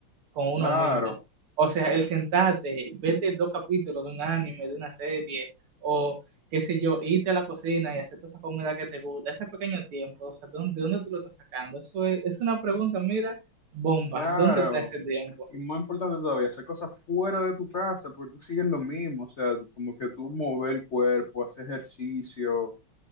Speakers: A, on the right; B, on the left.
A: con uno
B: Claro,
A: mismo. O sea, el sentarte, vete dos capítulos de un anime, de una serie, o qué sé yo, irte a la cocina y hacerte esa comida que te gusta, ese pequeño tiempo, o sea, ¿de dónde, de dónde tú lo estás sacando? Eso es, es una pregunta, mira, bomba,
B: claro.
A: ¿dónde está ese tiempo?
B: Y más importante todavía, hacer cosas fuera de tu casa, porque tú sigues lo mismo, o sea, como que tú mover el cuerpo, hacer ejercicio,